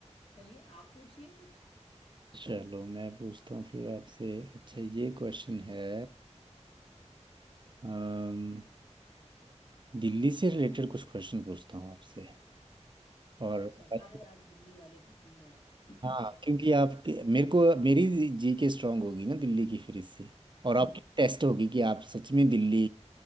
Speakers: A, on the left; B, on the right.
A: चलिए आप पूछिए कुछ
B: चलो मैं पूछता हूँ फिर आपसे अच्छा ये क्वेश्चन है अम, दिल्ली से रिलेटेड कुछ क्वेश्चन पूछता हूँ आपसे और
A: अच्छा सारे
B: अच्छा,
A: आज दिल्ली वाले पूछेंगे आप <laughs>
B: हाँ क्योंकि आपके मेरे को मेरी जी के स्ट्रांग होगी ना दिल्ली की फिर इससे और
A: जी
B: आपकी टेस्ट होगी कि आप सच में दिल्ली